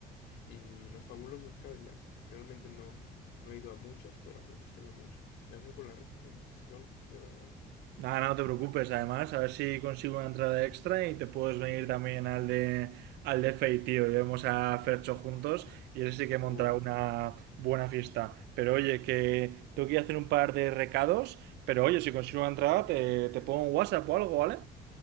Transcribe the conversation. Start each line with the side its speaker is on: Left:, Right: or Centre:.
Left: y Los Fabulosos Cadillacs. Realmente no, no he ido a muchos, pero me gustaría mucho. Gracias por la recomendación, de verdad.
Right: Ah, no te preocupes, además, a ver si consigo una entrada extra y te puedes venir también al de, al de Fey, tío. Llevamos a Fercho juntos y ese sí que montará
Left: Oh,
Right: una buena fiesta. Pero oye, que tengo que ir a hacer un par de recados, pero oye, si consigo una entrada te, te pongo un WhatsApp o algo, ¿vale?